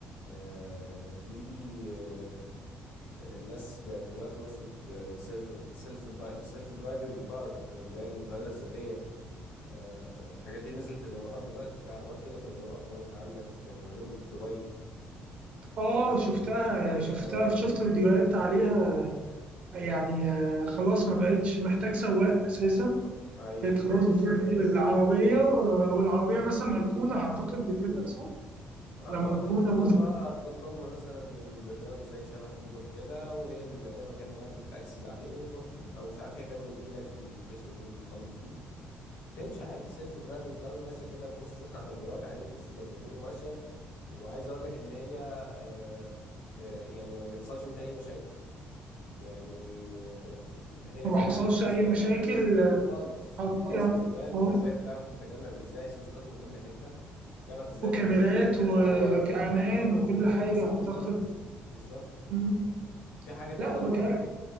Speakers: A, on the left (about 90°); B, on the right (about 40°).
A: آه، في آه، الناس بقت دلوقتي وصلت للسيلف سيلف درايف سيلف درايفنج كار اللي هي القياده الذاتيه آه، الحاجات دي نزلت الامارات دلوقتي في عربيات كده في الامارات لو انت عندك معلومه في دبي هتلاقي
B: اه شفتها شفتها
A: اه
B: شفت فيديوهات عليها يعني آه، خلاص ما بقتش محتاج سواق اساسا
A: آه، ايوه
B: بقت
A: بالظبط
B: خلاص بتروح بالعربيه آه، او العربيه مثلا مركونه اعتقد بتبقى صح
A: آه،
B: تبقى
A: هو
B: مركونه
A: انت بتطلبها
B: مثلا
A: بتطلبها مثلا من برنامج زي شبه اوبر كده وهي بتبقى ليها مكان معين بتاكسس عليه وتروح له او ساعات هي كمان بتجيلك في اللوكيشن اللي انت طالبه فيه بتمشي عادي سيلف درايفنج كار ماشيه كده في وسط <laughs> عربيات عادي في وسط بني ادمين وماشيه وعايز اقول لك ان هي آه، آه، يعني ما بيحصلش منها اي مشاكل يعني آه، هي
B: وما
A: فيها
B: حصلش
A: حساسات
B: اي مشاكل
A: خالص
B: آه، حط-
A: فيها
B: يعني
A: سنسورات
B: آه،
A: وهي بتعرف تتجنب ازاي سنسورات من كل حته بتعرف ازاي
B: وكاميرات
A: تتجنب اي
B: وكأمان
A: عوائق قدامها
B: وكل
A: 360
B: حاجة أعتقد
A: درجه بالظبط
B: مم.
A: في حاجه تانية
B: لا بجد
A: برضو